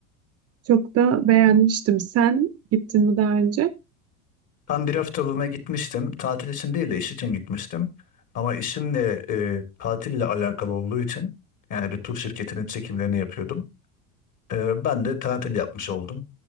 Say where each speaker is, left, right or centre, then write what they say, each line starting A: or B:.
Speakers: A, on the right; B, on the left.
A: Çok da beğenmiştim. Sen gittin mi daha önce?
B: Ben bir haftalığına gitmiştim. Tatil için değil de iş için gitmiştim. Ama işimle e, tatille alakalı olduğu için yani bir tur şirketinin çekimlerini yapıyordum. E, ben de tatil yapmış oldum.